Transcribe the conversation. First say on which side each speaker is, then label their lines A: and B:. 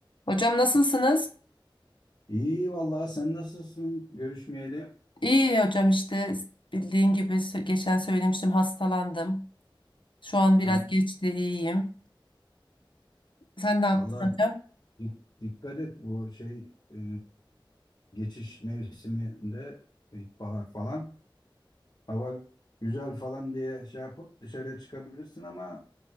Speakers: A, on the left; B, on the left.
A: Hocam nasılsınız?
B: İyi vallahi sen nasılsın görüşmeyeli?
A: İyi hocam işte bildiğin gibi sö- geçen söylemiştim hastalandım. Şu an biraz
B: Ha,
A: geçti iyiyim. Sen ne yaptın
B: vallahi
A: hocam?
B: di- dikkat et bu şey e, geçiş mevsiminde ilkbahar falan hava güzel falan diye şey yapıp dışarıya çıkabilirsin ama